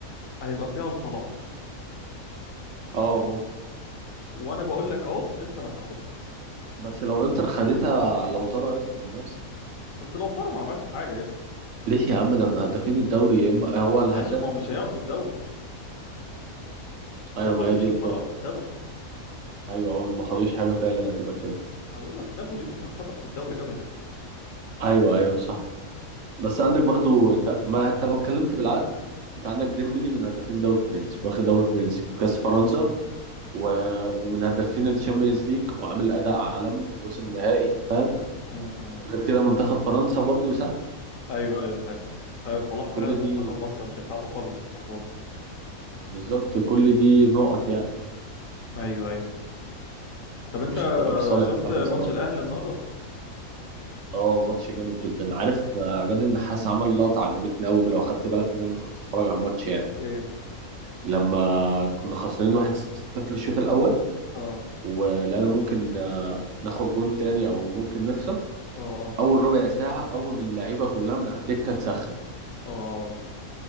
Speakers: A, on the left; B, on the right.
A: هيبقى فيها لصلاح
B: اه ممكن
A: وانا بقول لك اهو انتر هتاخدها
B: بس لو انتر خدتها لو ترى يدخل منافسة
A: بس لو طاروا ما عملش حاجه يا ابني
B: ليه يا عم ده من هدافين الدوري يا اما هو الهداف
A: ماشي ما
B: كمان
A: هو مش هياخدوا الدوري
B: ايوه
A: نابولي
B: ما هي
A: مش
B: دي الفكرة
A: هتفرط في الدوري
B: ايوه هو ما خدوش حاجة فعلا هتبقى كده
A: انا بقول لك نابولي مش هتفرط في الدوري ابدا
B: ايوه ايوه صح بس
A: بس
B: عندك برضو انت ما انت لو اتكلمت بالعقل انت عندك ديمبلي من هدافين دوري فرنسي واخد دوري فرنسي وكاس فرنسا
A: بالظبط
B: و... ومن هدافين الشامبيونز ليج وعامل اداء عالمي ووصل نهائي فاهم
A: امم
B: غير كده منتخب فرنسا برضو ساعد
A: ايوه ايوه فاهم ايوه صلاح
B: كل
A: فعلا منتخب
B: دي
A: مصر مش هيساعده خالص في الموضوع ده
B: بالظبط كل دي نقط يعني
A: ايوه ايوه طب انت
B: مش هتبقى في صالح
A: شفت
B: محمد صلاح
A: ماتش الاهلي النهارده
B: اه ماتش جامد جدا عارف آه، عماد النحاس عمل لقطة عجبتني أوي لو خدت بالك منها لو انت بتتفرج على الماتش يعني
A: ايه
B: لما كنا خسرانين 1-0 الشوط الأول
A: اه
B: ولقينا ممكن آه، ناخد جون تاني أو ممكن نخسر
A: اه اه
B: أول ربع ساعة أول ما اللعيبة كلها من على الدكة تسخن
A: اه